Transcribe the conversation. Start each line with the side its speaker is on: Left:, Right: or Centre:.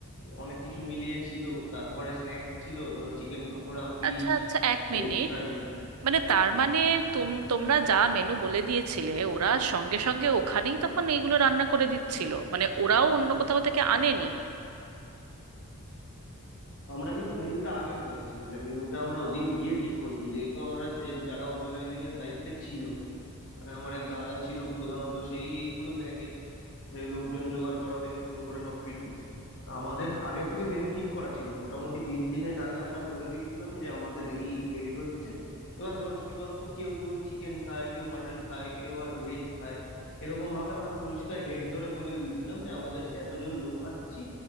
Left: অনেক কিছু মিলিয়ে ছিল তারপরে স্ন্যাক্স ছিল ধরো chicken pakora fish
Right: আচ্ছা আচ্ছা এক
Left: french
Right: মিনিট
Left: fry
Right: মানে তার মানে তুম তোমরা যা মেনু বলে দিয়েছিলে ওরা সঙ্গে সঙ্গে ওখানেই তখন এইগুলো রান্না করে দিচ্ছিল মানে ওরাও অন্য কোথাও থেকে আনেনি
Left: আমরা কিন্তু মেনুটা আগে বলেছি মানে মেনুটা আমরা ওদিন গিয়ে ঠিক করিনি যেহেতু আমরা যে যারা অর্গানাইজিং এর দায়িত্বে ছিল মানে আমার এক দাদা ছিল প্রধানত সেই এইগুলো দেখে যে লোকজন জোগাড় করা থেকে শুরু করে সবকিছু তো আমাদের আগে থেকে মেনু ঠিক করা ছিল মোটামুটি দিন তিনেক আগে আমরা বলে দিয়েছিলাম যে আমাদের এই হেড হচ্ছে এবার ধরো কি বলতো কেউ কেউ চিকেন খায় কেউ মাটন খায় কেউ হয়তো ভেজ খায় এরকম ভাবে আমরা পরিষ্কার হেড ধরে বলে দিয়েছিলাম যে আমাদের এতজন লোক আসছি